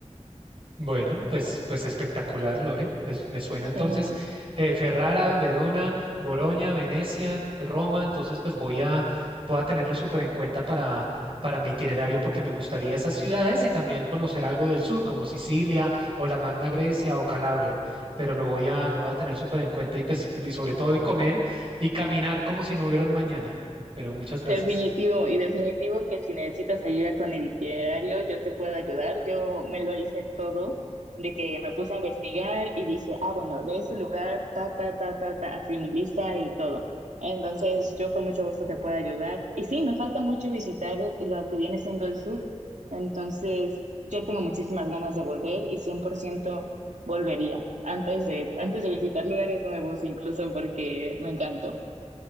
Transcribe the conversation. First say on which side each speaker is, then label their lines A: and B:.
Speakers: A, on the right; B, on the right.
A: Bueno, pues, pues espectacular, Lore. Pues me suena
B: Sí,
A: entonces
B: no.
A: eh, Ferrara, Verona, Bolonia, Venecia, Roma. Entonces, pues voy a, voy a tenerlo súper en cuenta para, para mi itinerario porque me gustaría esas ciudades y también conocer algo del sur, como Sicilia o la Magna Grecia o Calabria. Pero lo voy a, lo voy a tener súper en cuenta y pues y sobre todo y comer y caminar como si no hubiera un mañana. Pero muchas gracias.
B: Definitivo, y definitivo que si necesitas ayuda con el itinerario, yo te puedo ayudar. Yo me lo hice todo, de que me puse a investigar y dije, ah, bueno, de ese lugar, ta, ta, ta, ta, ta, así mi lista y todo. Entonces, yo con mucho gusto te puedo ayudar. Y sí, me falta mucho visitar lo que viene siendo el sur. Entonces, yo tengo muchísimas ganas de volver y 100% volvería antes de, antes de visitar lugares nuevos, incluso porque me encantó.